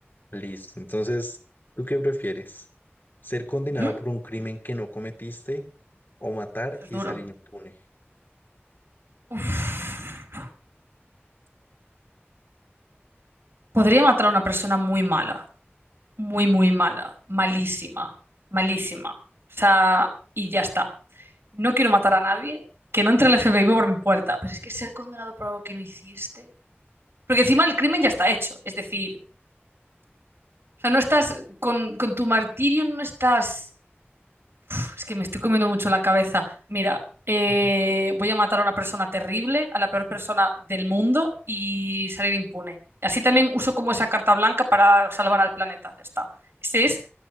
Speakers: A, on the left (about 50°); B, on the right (about 65°).
A: Listo. Entonces, ¿tú qué prefieres? ¿Ser condenado
B: Ujú.
A: por un crimen que no cometiste o matar
B: Eso es
A: y
B: duro.
A: salir impune?
B: Uf. Podría matar a una persona muy mala. muy, muy mala, malísima, malísima. O sea, y ya está. No quiero matar a nadie, que no entre el FBI por mi puerta, pero es que ser condenado por algo que no hiciste. Porque encima el crimen ya está hecho, es decir, o sea, no estás con, con tu martirio, no estás... Uf, es que me estoy comiendo mucho la cabeza. Mira, eh,
A: <laughs> Ujú.
B: voy a matar a una persona terrible, a la peor persona del mundo y salir impune. Así también uso como esa carta blanca para salvar al planeta, ya está. Ese es